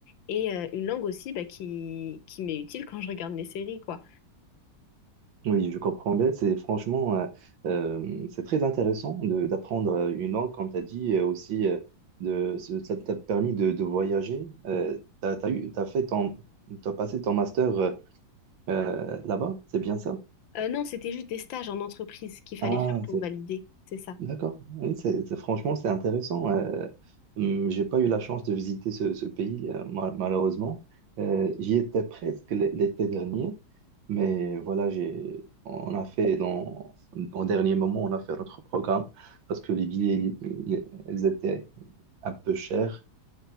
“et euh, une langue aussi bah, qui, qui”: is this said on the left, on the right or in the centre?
Left